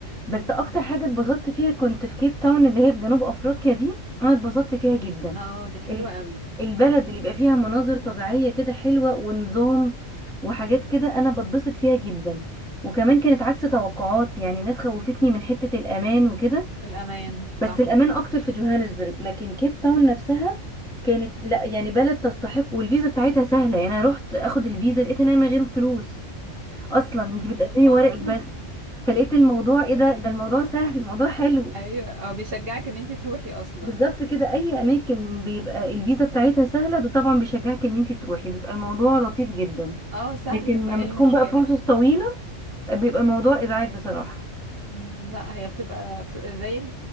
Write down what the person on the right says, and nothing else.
مم.
اه دي حلوة
قوي
الأمان
صح
اصلا
<laughs>
أيوة.
ايوه او بيشجعك ان انتي تروحي اصلا
اه سهل
فايه
المشكلة
مم، لا هي بتبقى بر- زي ال...